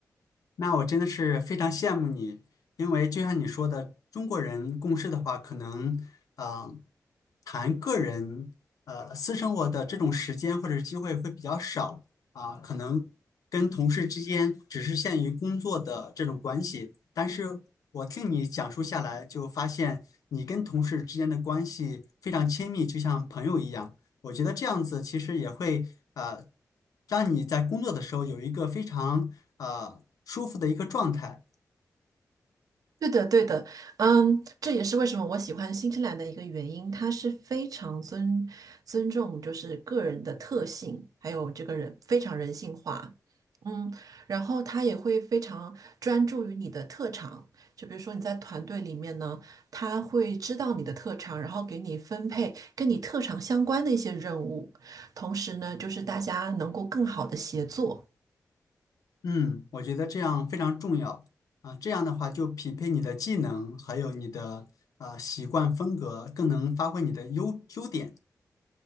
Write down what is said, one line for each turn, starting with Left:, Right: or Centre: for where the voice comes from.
Left: 那我真的是非常羡慕你，因为就像你说的，中国人共事的话，可能呃，谈个人呃私生活的这种时间或者机会会比较少啊，可能跟同事之间只是限于工作的这种关系。但是我听你讲述下来，就发现你跟同事之间的关系非常亲密，就像朋友一样。我觉得这样子其实也会呃，让你在工作的时候有一个非常呃舒服的一个状态。
Right: 对的，对的，嗯，这也是为什么我喜欢新西兰的一个原因，它是非常尊尊重，就是个人的特性，还有这个人非常人性化，嗯，然后他也会非常专注于你的特长，就比如说你在团队里面呢，他会知道你的特长，然后给你分配跟你特长相关的一些任务，同时呢，就是大家能够更好的协作。
Left: 嗯，我觉得这样非常重要啊，这样的话就匹配你的技能，还有你的啊习惯风格，更能发挥你的优优点。